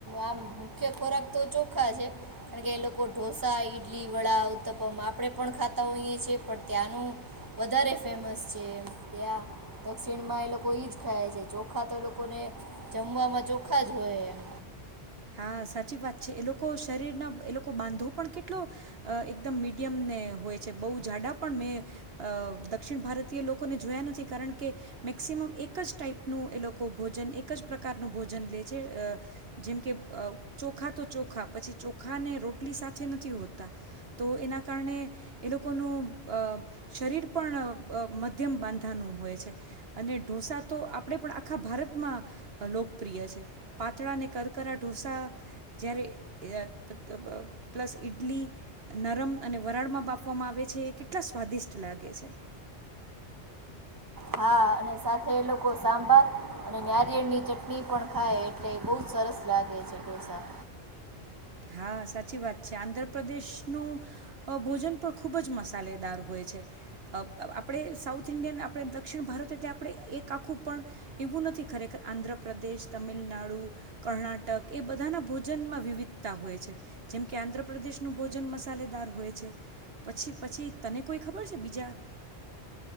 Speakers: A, on the right; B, on the right.
A: આમ મુખ્ય ખોરાક તો ચોખા છે કારણ કે એ લોકો ઢોસા ઇડલી વડા ઉત્તપમ આપણે પણ ખાતા હોઈએ છીએ પણ ત્યાંનું વધારે ફેમસ છે એમ ત્યાં દક્ષિણમાં એ લોકો એ જ ખાય છે ચોખા તો લોકોને જમવાવામાં ચોખા જ હોય એમ
B: હા સાચી વાત છે એ લોકો શરીરના એ લોકો બાંધો પણ કેટલો અ એકદમ મીડિયમને હોય છે બહુ જાડા પણ મેં દક્ષિણ ભારતીય લોકોને જોયા નથી કારણ કે મેક્સિમમ એક જ ટાાઈપનું એ લોકો ભોજન એક જ પ્રકારનું ભોજન લે છે જેમ કે અ ચોખા તો ચોખા પછી ચોખા ને રોટલી સાથે નથી હોતા તો એના કારણે એ લોકોનું અ શરીર પણ મધ્યમ બાંધાનું હોય છે અને ઢોસા તો આપણે પણ આખા ભારતમાં લોકપ્રિય છે પાતળાને કરકર ઢોસા જ્યારે અ પ્લસ ઈડલી નરમ અને વરાળમાં બાફવામાં આવે છે એ કેટલા સ્વાદિષ્ટ લાગે છે.
A: હા અને સાથે એ લોકો સાંભાર અને નારિયેળ ની ચટણી પણ ખાય એટલે બઉ સરસ લાગે છે ઢોસા.
B: હા સાચી વાત છે આંધ્રપ્રદેશનું ભોજન પણ ખૂબ જ મસાલેદાર હોય છે અ આપ આપણે સાઉથ ઇન્ડિયન આપણે દક્ષિણ ભારત એટલે આપણે એક આખું પણ એવું નથી ખરેખર આંધ્રપ્રદેશ તમિલનાડુ કર્ણાટક એ બધાના ભોજનમાં વિવિધ તા હોય છે જેમ કે આંધ્રપ્રદેશનું ભોજન મસાલેદાર હોય છે પછી પછી તને કોઈ ખબર છે બીજા